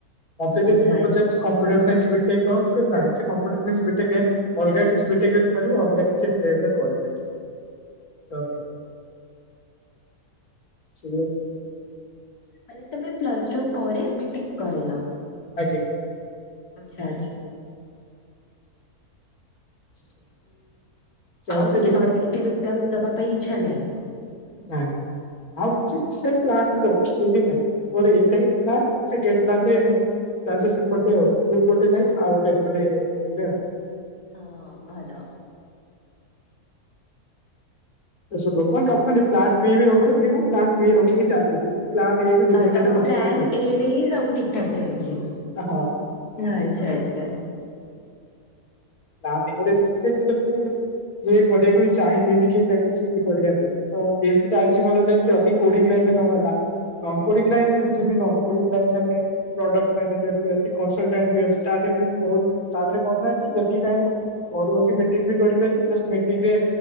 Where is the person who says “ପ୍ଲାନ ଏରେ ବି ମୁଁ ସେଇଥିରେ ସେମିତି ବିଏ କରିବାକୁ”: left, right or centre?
Left